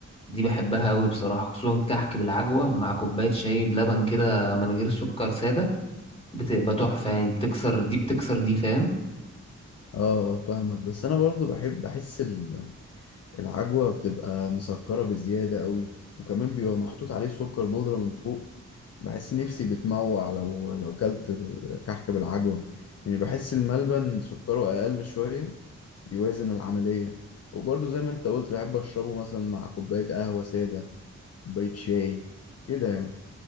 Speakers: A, on the left (about 20°); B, on the left (about 55°).
A: دي بحبها قوي بصراحة خصوصا كحك بالعجوة مع كوباية شاي بلبن كده من غير سكر سادة بتبقى تحفة يعني بتكسر دي بتكسر دي فاهم
B: اه فاهمك بس انا برضو بحب بحس ال- العجوة بتبقى مسكرة بزيادة قوي وكمان بيبقى محطوط عليه سكر بودرة من فوق بحس نفسي بتموع لو لو كلت كحك بالعجوة يعني بحس الملبن سكره اقل شوية يوازن العملية وبرضه زي ما انت قلت بحب اشربه مثلا مع كوباية قهوة سادة كوباية شاي كده يعني